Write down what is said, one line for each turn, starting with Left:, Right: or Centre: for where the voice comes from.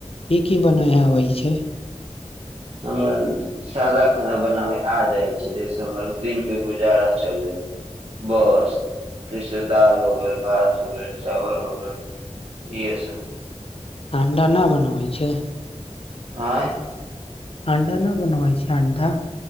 Left: की की बनाय अबै छै।
Right: हमरा सादा खाना बनाबै आ जाइ छै जहिसे हमर दिनके गुजारा चल जाय बस जैसे दाल हो गेल भात हो गेल चावल हो गेल इह सब।
Left: अं्डा न बनाबै छै।
Right: आँ
Left: अं्डा न बनवइ छै अं्डा।